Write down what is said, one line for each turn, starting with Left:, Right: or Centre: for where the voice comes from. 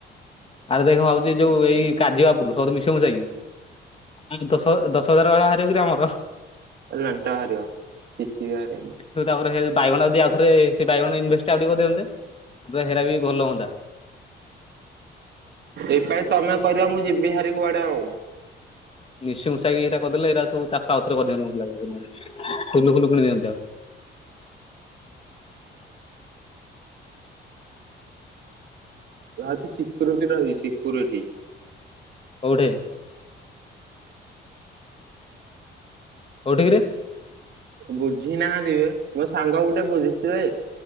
Left: ଆରେ ଦେଖାଉଚି ଯୋଉ ଏଇ କାଜି ବାପରୁ ସୁ ମିଶିମୁଶା କି? ଆ ଦଶ ଦଶ ହଜାର ବାେଳ ବାହାରିବ କି ଆମର
Right: !!!!!!!!!! କିଛି ବାହାରିବନି।
Left: ସେ ତାପରେ ହେଲେ ବାଇଗଣ ଯିଦି ଆଉ ଥରେ ସେ ବାଇଗଣ ଇନଭେଷ୍ଟ୍ ଆଉ ଟିକେ କରିଦିଅନ୍ତେ ଆବେ ହେରା ବି ଭଲ ହୁଅନ୍ତା।
Right: ଏଇ ପାଇ ତମେ କରିବା ମୁଁ ଯିବି ହାରି କୁଆଡେ ଆଉ
Left: ମିଶି ମୁସାଇକ ଏଇଟା କରିଦଲେ ଏଇଟା ସବୁ ଚାଷ ଆଉଥରେ କରିିଦିଅନ୍ତି ମତେ ଲାଗୁଚି ଫୁଲ ଫୁଲୁ କିଣି ଦଅନ୍ତି ଆଉ
Right: ୱଚ୍ ଶିକୋରୋଟି ରହିଛି ଶିକୋରୋଟି।
Left: କୋଉଠି? କୋଉଠି କିରେ?
Right: ବୁଝି ନାହାନ୍ତିି ବେ ମୋ ସାଙ୍ଗ ଗୋଟେ ବୁଝିଚି ଯେ